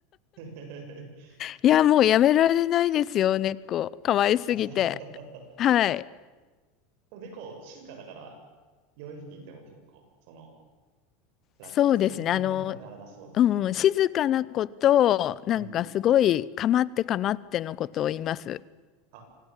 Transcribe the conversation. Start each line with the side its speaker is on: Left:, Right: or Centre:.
Right: <laughs>
Left: いや、もうやめられないですよ、猫。可愛すぎて。
Right: あ、そう。
Left: はい。
Right: でも猫静かだから4匹いても結構、その、辛くそんなに手間かからなそうですよね。
Left: そうですね。あの、うん、静かな子と、なんかすごい、
Right: うん。
Left: かまってかまってのことを言います。
Right: あ、